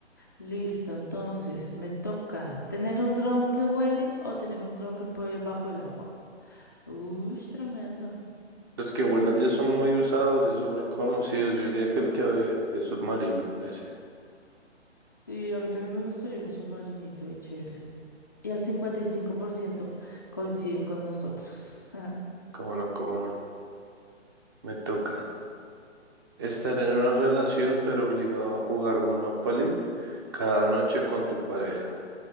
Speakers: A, on the left (about 15°); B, on the right (about 20°).
A: Listo, entonces me toca tener un dron que huele o tener un dron que puede ir bajo el agua. Uy, tremendo.
B: Los que vuelan ya son muy usados, ya son muy conocidos. Yo diría que el que es submarino, ese.
A: Y a mí también me gustaría un submarinito de chévere. Y al 55% coinciden con nosotros. <laughs>
B: Cómo no, cómo no, me toca. Estar en una relación pero obligado a jugar Monopoly cada noche con tu pareja.